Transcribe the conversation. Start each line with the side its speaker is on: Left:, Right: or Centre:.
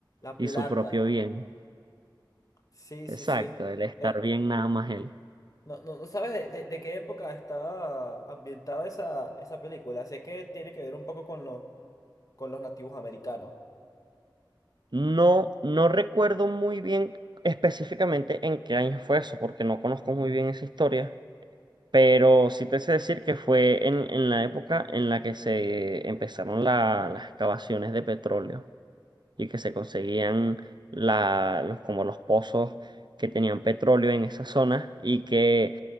Left: La
Right: y
Left: Plata.
Right: su propio bien.
Left: Sí,
Right: Exacto,
Left: sí, sí.
Right: el estar
Left: Eh,
Right: bien nada más él.
Left: no, no, no sabes de, de- de qué época está ambientada esa, esa película. Sé que tiene que ver un poco con los, con los nativos americanos.
Right: No, no recuerdo muy bien específicamente en qué año fue eso, porque no conozco muy bien esa historia. Pero sí te sé decir que fue en, en la época en la que se empezaron la- las excavaciones de petróleo y que se conseguían la- los, como los pozos que tenían petróleo en esas zonas y que